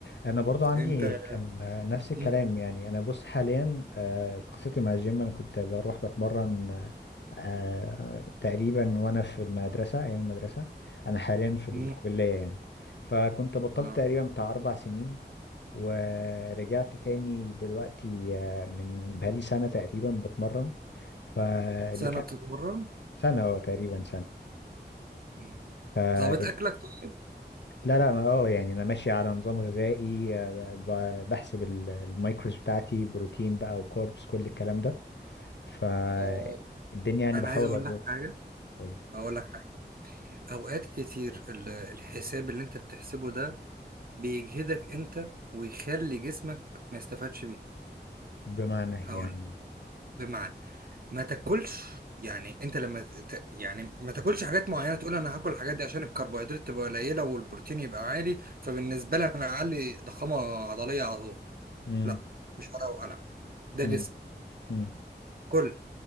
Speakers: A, on the left (about 80°); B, on the right (about 55°).
A: انا برضو
B: <laughs>
A: عندي
B: انت
A: كان آه، نفس الكلام
B: مم.
A: يعني انا بص حاليا آه، قصتي مع الجيم انا كنت بروح بتمرن آه، آه، تقريبا وانا في المدرسه ايام المدرسه انا حاليا في الكليه
B: مم.
A: يعني فكنت بطلت
B: آه.
A: تقريبا بتاع اربع سنين ورجعت تاني دلوقتي آه، من بقالي سنه تقريبا بتمرن فاللي
B: سنة
A: كان
B: بتتمرن
A: سنه أه، تقريبا
B: مم.
A: سنه
B: ظابط اكلك طيب
A: لا لا ما- اه يعني انا ماشي على نظام غذائي آه، ب- بحسب ال- المايكروز بتاعتي بروتين بقى وكاربس كل الكلام ده فالدنيا
B: آه.
A: يعني
B: انا
A: بحاول
B: عايز اقول
A: اظبطها
B: لك حاجة
A: اقول لك.
B: اقول لك حاجة اوقات كتير ال- الحساب اللي انت بتحسبه ده بيجهدك انت ويخلي جسمك ما يستفادش بيه
A: بمعنى
B: هقول
A: يعني
B: بمعنى ما تاكلش يعني انت لما ت... يعني ما تاكلش حاجات معينه تقول انا هاكل الحاجات دي عشان الكربوهيدرات تبقى قليله والبروتين يبقى عالي فبالنسبه لي انا اعلي ضخامه عضليه على طول
A: امم
B: لا مش ورقه وقلم ده
A: امم
B: جسم
A: امم
B: كل